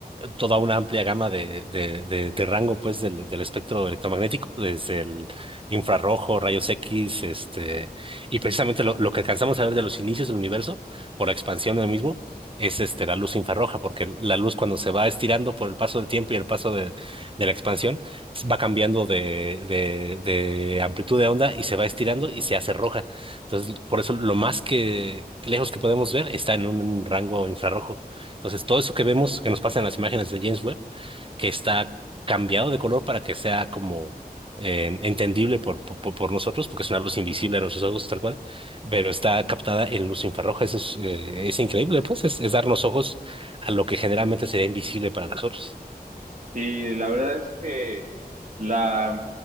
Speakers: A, on the right; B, on the right.
A: toda una amplia gama de, de, de, de rango pues del, del espectro electromagnético, desde el infrarrojo, rayos X, este, y precisamente lo, lo que alcanzamos a ver de los inicios del universo, por la expansión del mismo, es este, la luz infrarroja, porque la luz cuando se va estirando por el paso del tiempo y el paso de, de la expansión, va cambiando de, de, de amplitud de onda y se va estirando y se hace roja. Entonces, por eso lo más que, que lejos que podemos ver está en un rango infrarrojo. Entonces, todo eso que vemos, que nos pasa en las imágenes de James Webb, que está cambiado de color para que sea como eh, entendible por, por, por por nosotros, porque es una luz invisible a nuestros ojos tal cual, pero está captada en luz infrarroja. Eso es, eh, es increíble, pues, es, es darnos ojos a lo que generalmente sería invisible para nosotros.
B: Sí, la verdad es que la